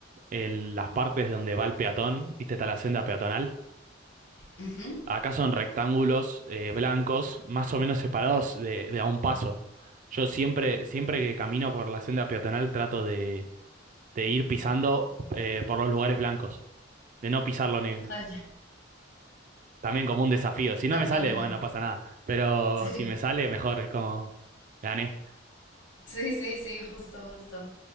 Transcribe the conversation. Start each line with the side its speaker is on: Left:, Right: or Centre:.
Right: en las partes donde va el peatón, viste, está la senda peatonal,
Left: Ujú.
Right: acá son rectángulos eh, blancos, más o menos separados de, de a un paso. Yo siempre, siempre que camino por la senda peatonal trato de, de ir pisando eh, por los lugares blancos, de no pisar lo negro.
Left: Ay, ya,
Right: También como un desafío.
Left: está
Right: Si no me sale,
Left: padre.
Right: bueno, no pasa nada. Pero
Left: Sí,
Right: si me sale, mejor, es como gané.
Left: sí, sí, sí, justo, justo.